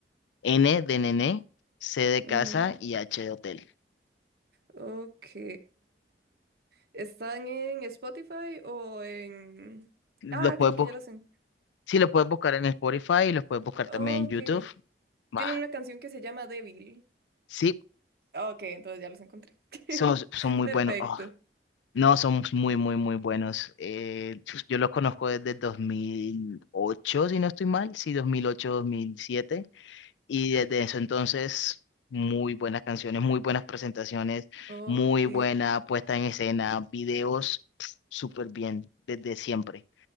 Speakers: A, on the left (about 85°); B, on the right (about 55°).
A: N de nene, C de
B: ujú.
A: casa y H de hotel.
B: Ok. ¿Están en Spotify o en...?
A: Los
B: Ah,
A: puedes
B: creo que ya las en...
A: Sí, lo puedes buscar en Spotify y los puedes buscar
B: Ok.
A: también en YouTube. Bah,
B: Tiene una canción que se llama Débil.
A: sí,
B: Ok, entonces ya los encontré. <laughs>
A: son, son muy
B: Perfecto.
A: buenos. Oh, no, son muy, muy, muy buenos. Eh, yo los conozco desde 2008 si no estoy mal, sí, 2008, dos mil siete Y desde eso entonces, muy buenas canciones, muy buenas presentaciones,
B: Ok.
A: muy buena puesta en escena, videos, pf, súper bien, desde siempre.